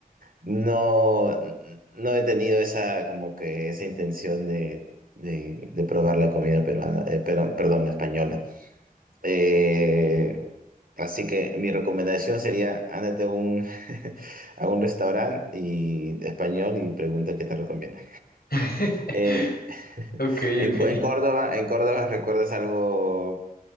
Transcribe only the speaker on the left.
<laughs>
Ok,
ok.